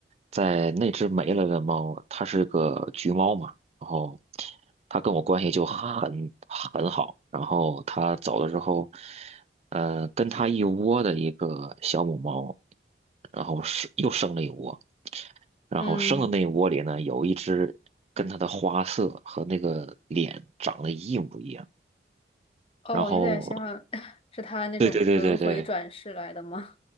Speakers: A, on the right (about 35°); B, on the left (about 30°).
A: 在那只没了的猫，它是个橘猫嘛，然后它跟我关系就很很好，然后它走了之后，呃，跟它一窝的一个小母猫，然后是又生了一窝，然后生的那一窝里呢，
B: 嗯，
A: 有一只跟它的花色和那个脸长得一模一样，
B: 哦，
A: 然后
B: 有点像 <laughs> 是他那种轮回转世来的吗？
A: 对对对对对。